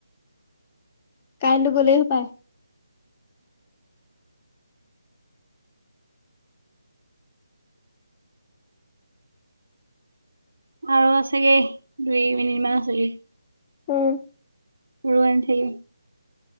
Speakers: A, on the left; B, on the right.
A: কাৰেণ্টো গলেই হপায়।
B: আৰু আছেগেই। দুই মিনিট মান আছেগে।
A: উম
B: ঊৰুবান থাকি